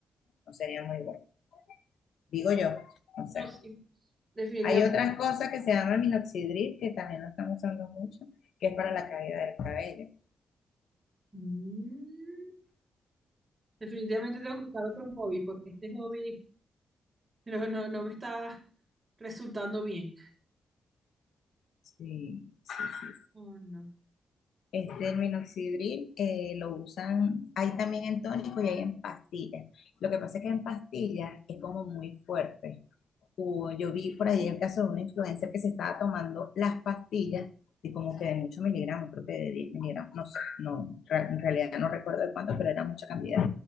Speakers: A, on the left; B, on the right.
A: no sería muy bueno. Digo yo, no
B: no,
A: sé.
B: sí. Definitivamente.
A: Hay otras cosas que se llama minoxidil, que también lo están usando mucho, que es para la caída del cabello.
B: Mm, definitivamente tengo que buscar otro hobby, porque este hobby <laughs> No, no, no me está resultando bien.
A: Sí, sí, sí.
B: Oh, no.
A: Este el minoxidil eh, lo usan, hay también en tónico y hay en pastillas. Lo que pasa es que en pastillas es como muy fuerte. O yo vi por ahí el caso de una influencer que se estaba tomando las pastillas de como que de muchos miligramos, creo que de 10 miligramos, no sé, no, re- en realidad no recuerdo de cuánto, pero era mucha cantidad.